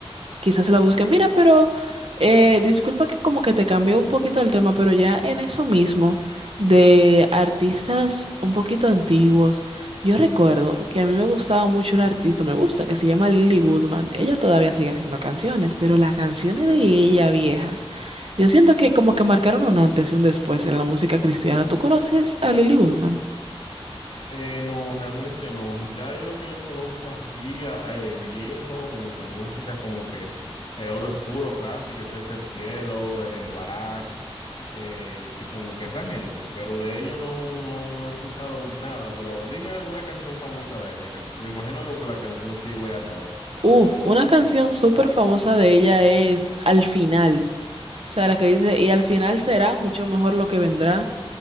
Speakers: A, on the right; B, on the left.
A: quizás la busque. Mira, pero eh, disculpa que como que te cambió un poquito el tema, pero ya en eso mismo de artistas un poquito antiguos, yo recuerdo que a mí me gustaba mucho un artista, me gusta, que se llama Lily Goodman. Ella todavía sigue haciendo canciones, pero las canciones
B: Ok.
A: de ella viejas, yo siento que como que marcaron un antes y un después en la música cristiana. ¿Tú conoces a Lily Goodman?
B: Eh, no, realmente no. Ya yo lo que yo conozco así, a- eh, viejo, como que música como que eh, Olo Oscuro, clásica, es Tercer Cielo, eh, Barak, eh, y como que esa gente. Pero de ella no, no, no he escuchado nada, pero dime alguna canción famosa de ella, que me imagino que por la canción sí voy a saber.
A: Uf, una canción súper famosa de ella es Al final. O sea, la que dice, y al final será mucho mejor lo que vendrá.